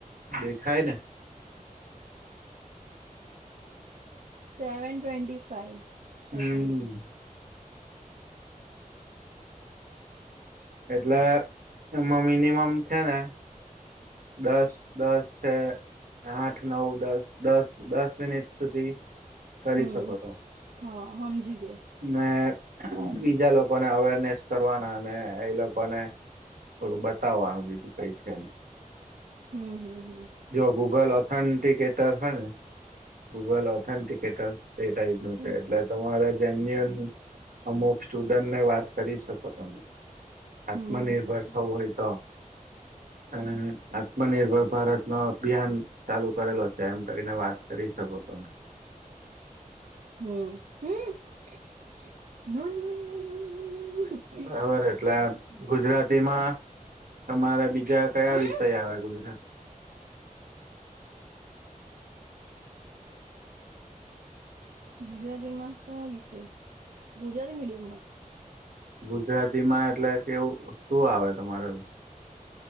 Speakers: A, on the right; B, on the right.
A: દેખાયને.
B: Seven twenty five. સેકન્ડ
A: હમ્મ. એટલે એમાં મિનિમમ છે ને દસ દસ છે. આઠ નવ દસ દસ દસ મિનિટ સુધી કરી
B: હમ્મ
A: શકો તો
B: હા હમજી ગા
A: ને બીજા લોકોને અવેરનેસ કરવાના અને એ લોકોને થોડું બતાવો આનું બીજું કઈ છે ને.
B: હમ્મ હામ હામ.
A: જો ગૂગલ ઓથેન્ટિકેટર હે ને ગૂગલ ઓથેન્ટિકેટર એ ટાઈપ નું
B: હમ
A: છે એટલે તમારે જેન્યુ <unintelligible> અમુક સ્ટુડન્ટને વાત કરી શકો તમે આત્મનિર્ભર
B: હમ હમ
A: થવુ હોય તો અ આત્મનિર્ભર ભારત ન અભિયાન ચાલુ કરેલો છે એમ કરીને વાત કરી શકો તમે
B: હમ્મ હમ્મ <unintelligible>
A: બરાબર એટલે ગુજરાતીમાં તમારા બીજા કયા
B: હમ
A: વિષય આવે ગુજરાત
B: ગુજરાતી માં કયા વિષય ગુજરાતી મીડિયમ માં
A: ગુજરાતી માં એટલે કેવું શું આવે તમારે